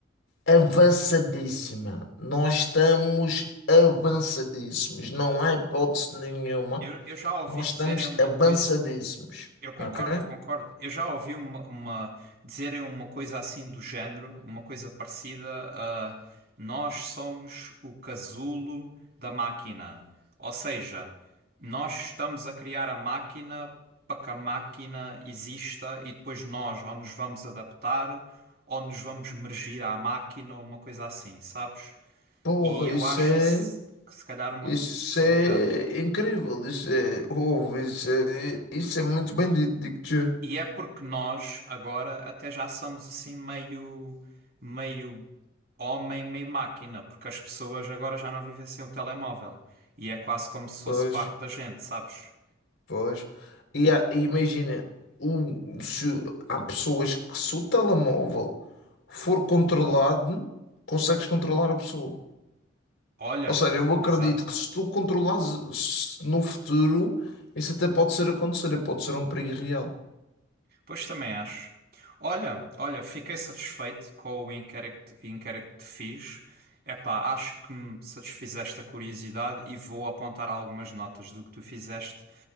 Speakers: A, on the left; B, on the right.
A: avançadíssima, nós estamos avançadíssimos, não há hipótese nenhuma,
B: Eu, eu já ouvi
A: nós
B: dizerem
A: estamos
B: uma
A: avançadíssimos,
B: coisa. Eu concordo,
A: ok?
B: eu concordo. Eu já ouvi uma, uma- dizerem uma coisa assim do género, uma coisa parecida a nós somos o casulo da máquina. Ou seja, nós estamos a criar a máquina para que a máquina exista e depois nós ou nos vamos adaptar ou nos vamos mergir à máquina ou uma coisa assim, sabes?
A: Porra,
B: E eu
A: isso
B: acho
A: é,
B: isso que se calhar uma
A: Isso
B: possibilidade.
A: é incrível, isso é ouve, isso é, isso é muito bem dito, digo-te.
B: E é porque nós agora até já somos assim meio, meio homem, meio máquina, porque as pessoas agora já não vivem sem o telemóvel. E é quase como se fosse
A: Pois,
B: parte da gente, sabes?
A: pois. E, há- e imagina, o, se há pessoas que se o telemóvel for controlado, consegues controlar a pessoa.
B: Olha,
A: Ou seja, eu acredito
B: exato.
A: que se tu controlares se no futuro, isso até pode ser acontecer, pode ser um perigo real.
B: Pois também acho. Olha, olha, fiquei satisfeito com o inquérito, inquérito que te fiz. Epá, acho que me satisfizeste a curiosidade e vou apontar algumas notas do que tu fizeste,